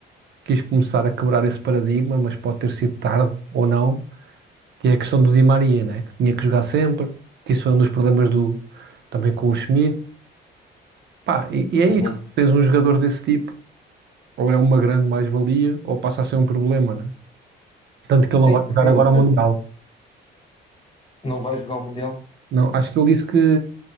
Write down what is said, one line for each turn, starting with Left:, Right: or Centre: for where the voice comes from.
Right: quis começar a quebrar esse paradigma, mas pode ter sido tarde ou não, que é a questão do Di Maria, né? Que tinha que jogar sempre, que isso foi um dos problemas do, também com o Schmidt. Pá, e, e é
Left: Uhum.
Right: isso, tens um jogador desse tipo, ou é uma grande mais-valia, ou passa a ser um problema, né? Tanto que ele não
Left: Sim,
Right: vai jogar
Left: sim,
Right: agora
Left: de certo.
Right: o Mundial.
Left: Não vai jogar o Mundial?
Right: Não, acho que ele disse que